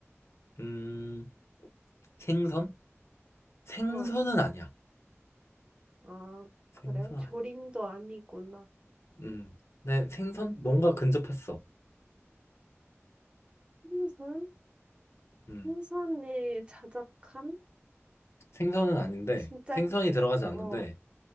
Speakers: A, on the left; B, on the right.
A: 음, 생선? 생선은
B: 어,
A: 아니야.
B: 아, 그래?
A: 생선 아니야.
B: 조림도 아니구나.
A: 음, 근데 생선?
B: 음,
A: 뭔가 근접했어.
B: 생선?
A: 음,
B: 생선의 자작함?
A: 생선은 아닌데
B: 진짜,
A: 생선이
B: 해-
A: 들어가지 않는데
B: 어,